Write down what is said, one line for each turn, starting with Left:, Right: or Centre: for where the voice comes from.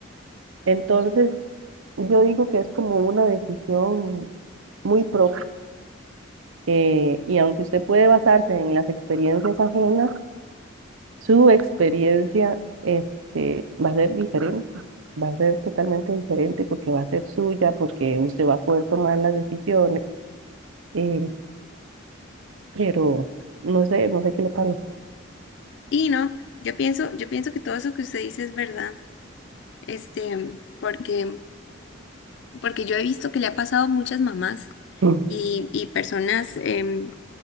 Right: Entonces, yo digo que es como una decisión muy propia. eh, y aunque usted puede basarse en las experiencias ajenas, su experiencia este, va a ser diferente, va a ser totalmente diferente porque va a ser suya, porque usted va a poder tomar las decisiones, eh, pero no sé, no sé qué le parece.
Left: Y no, yo pienso, yo pienso que todo eso que usted dice es verdad, este, porque, porque yo he visto que le ha pasado a muchas mamás
Right: Mm.
Left: y, y personas em,